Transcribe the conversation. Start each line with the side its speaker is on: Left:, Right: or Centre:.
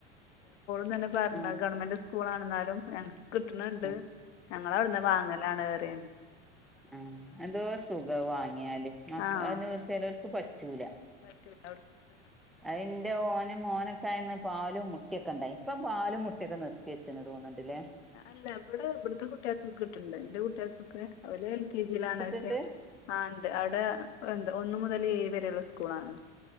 Left: ഗവണ്മെന്റ്
Centre: ആഹ്
Left: സ് സ്കൂളാണെന്നാലും ഞങ്ങക്ക് കിട്ട്ണ് ണ്ട്
Centre: ആഹ്
Left: ഞങ്ങളവിട്ന്ന് വാങ്ങലാണ് പറിം
Centre: ആ എന്തോര് സുഖ അത് വാങ്യാല് മ
Left: ആഹ്
Centre: ചെലോക്ക് പ റ്റൂല
Left: പറ്റൂല അവിടുത്തത്
Centre: അ ന്റെ ഓന് മോനൊക്കായന്ന് പാലും മുട്ടക്കെ ഇണ്ടായിന്ന് ഇപ്പം പാലും മുട്ടയൊക്കെ നിർത്തി വച്ച് തോന്ന്ണ്ട്ല്ലേ
Left: അല്ല ഇവിടെ ഇവിട്ത്തെ കുട്ട്യാക്കൊക്കെ കിട്ട്ണ്ട് ന്റെ കുട്ട്യാക്കൊക്കെ ഓലെൽ കെ ജിലാണ്
Centre: കിട്ട്ണ്ട്
Left: പശേ ആ ണ്ട് അവിടെ എന്താ ഒന്ന് മുതല് ഏഴ് വരെള്ള സ്കൂളാണ്